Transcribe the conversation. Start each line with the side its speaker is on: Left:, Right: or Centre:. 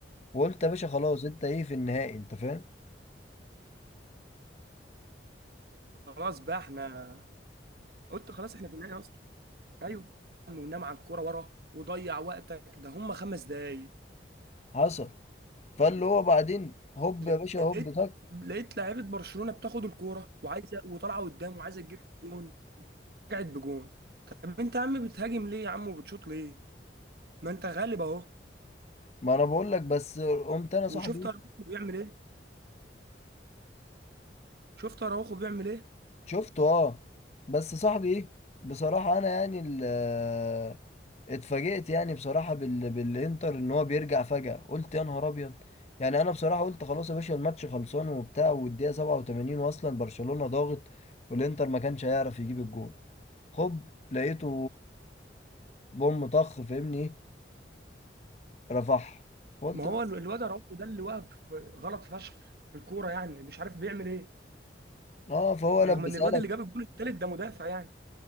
Left: وقلت يا باشا خلاص أنت إيه في النهائي أنت فاهم
Right: خلاص بقى احنا قلت خلاص احنا في النهايه اصلا ايوه ونام على الكوره ورا وضيع وقتك ده هم خمس دقايق
Left: حصل فاللي هو بعدين هوب
Right: لقيت
Left: يا باشا هوب طك
Right: لقيت لعيبه برشلونه بتاخد الكوره وعايزه وطالعه قدام وعايزه تجيب جون رجعت بجون طب انت يا عم بتهاجم ليه يا عم وبتشوط ليه ما انت غالب اهو
Left: ما أنا بقول لك بس قمت أنا صاحبي
Right: وشفت اراوخو بيعمل ايه شفت اراوخو بيعمل ايه
Left: شفته اه بس صاحبي ايه بصراحة انا يعني ال- آه، اتفاجئت يعني بصراحة بال... بالانتر ان هو بيرجع فجأة قلت يا نهار ابيض يعني انا بصراحة قلت خلاص يا باشا الماتش خلصان وبتاع والدقيقة 87 واصلا برشلونة ضاغط والانتر ما كانش هيعرف يجيب الجون خب لقيته بوم طخ فاهمني ايه رفح قلت
Right: ما هو
Left: بس
Right: ال- الواد اراوخو ده اللي واقف غلط فشخ في الكوره يعني مش عارف بيعمل ايه
Left: اه فهو
Right: رغم
Left: لبسها
Right: ان الواد اللي جاب الجون التالت ده مدافع يعني